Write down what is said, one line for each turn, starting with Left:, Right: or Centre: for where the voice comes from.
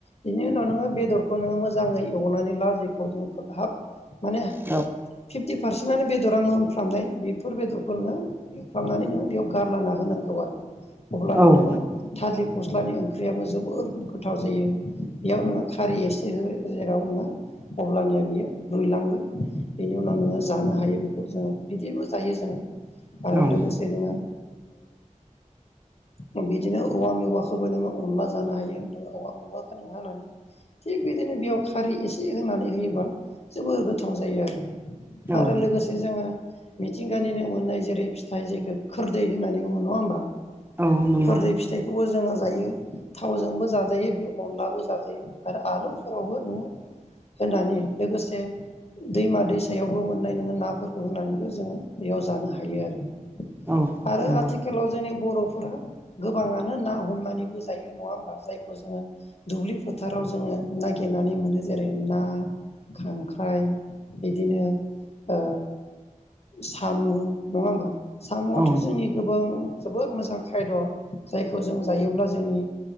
Left: बिनि उनाव नोङो बेदर खौ नोङो मोजाङै एवनानै ला जेखौ जों हाब माने
Right: औ
Left: फिफ्टि पारसेन्टआनो बेदरा मोनफ्रामनाय बेफोर बेदरखौ नोङो एवफ्रामनानै नोङो बेयाव गारलाना होनांगौ आरो अब्लानो
Right: औ
Left: नोङो थालिर फस्लानि ओंख्रियाबो जोबोर गोथाव जायो बेयाव नोङो खारै एसे हो जेराव नोङो अब्लानिया बियो रुइलांगोन बेनि उनाव नोङो जानो हायो बेखौ जोङो बिदिबो जायो जोङो आरो
Right: औ
Left: लोगोसे नोङो ओ बिदिनो औवा मेवाखौबो नोङो अनला जानो हायो नोङो औवा मेवाखौ नों हानानै थिग बिदिनो बेयाव खारै एसे होनानै होयोबा जोबोर गोथाव जायो आरो
Right: औ
Left: आरो लोगोसे जोङो मिथिंगानिनो मोननाय जेरै फिथाइ जेखौ खोरदै होननानै बुङो नङा होमबा
Right: औ नंगौ
Left: खोरदै फिथाइखौबो जोङो जायो थावजोंबो जाजायो बे अनलाबो जाजायो आरो आलुफोरावबो नोङो होनानै लोगोसे दैमा दैसायावबो मोननाय नोङो नाफोरखौ होनानैबो जोङो बेयाव जानो हायो आरो
Right: औ
Left: आरो
Right: नंगौ
Left: आथिखालाव जोंनि बर'फोरा गोबाङानो ना हमनानैबो जायो नङा होमबा जायखौ जोङो दुब्लि फोथाराव जोङो नागिरनानै मोनो जेरै ना खांख्राइ बिदिनो ओ साम' नङा होमबा साम'आथ'
Right: औ
Left: जोंनि गोबां जोबोद मोजां खायद जायखौ जों जायोब्ला जोंनि